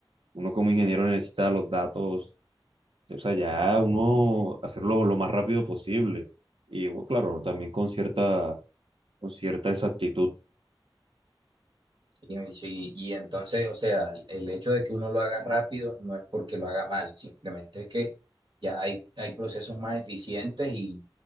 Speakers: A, on the right; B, on the right.
A: uno como ingeniero necesita los datos, o sea, ya uno hacerlo lo más rápido posible. Y bueno, claro, también con cierta, con cierta exactitud.
B: Y, y sí, y entonces, o sea, el, el hecho de que uno lo haga rápido no es porque lo haga mal, simplemente es que ya hay, hay procesos más eficientes y,